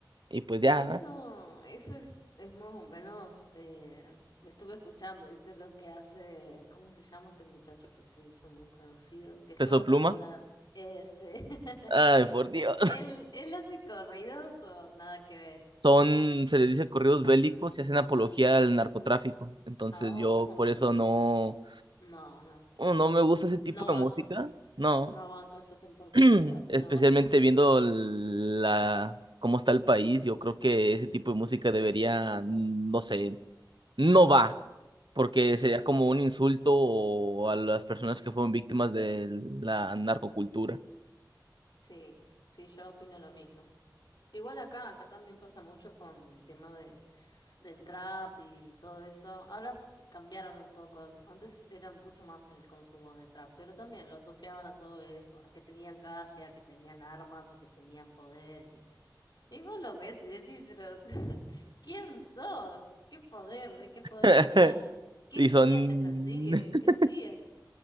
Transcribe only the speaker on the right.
Y pues ya,
¿no?
Peso
pluma.
Ay, por Dios.
son, se les dice corridos bélicos y hacen apología al narcotráfico. Entonces
yo por eso no,
oh, no me gusta ese tipo
de música, no.
<clears throat>
Especialmente
viendo la, cómo está el país, yo creo que ese tipo de música debería, no sé, no va, porque sería como un insulto o a las personas que fueron víctimas de la narcocultura.
<laughs>
Y
son
<laughs>